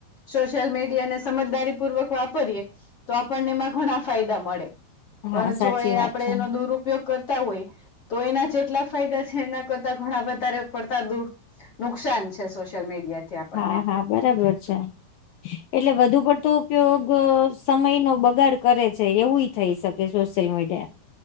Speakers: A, on the left (about 40°); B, on the left (about 75°).
A: સોશિયલ મીડિયાને સમજદારી પૂર્વક વાપરીયએ. તો આપણને એમાં ઘણા ફાયદા મળે પણ
B: હા સાચી
A: જો એ
B: વાત
A: આપડે
B: છે
A: એનો દૂર કરતા હોય તો એના જેટલા ફાયદા છે એના કરતા ઘણા વધારે પડતા દૂર નુકસાન છે સોશિયલ મીડિયાથી આપણને
B: હા હા બરાબર છે. એટલે વધુ પડતો ઉપયોગ સમય નો બગાડ કરે છે એવું થઈ શકે સોશ્યલ મીડિયા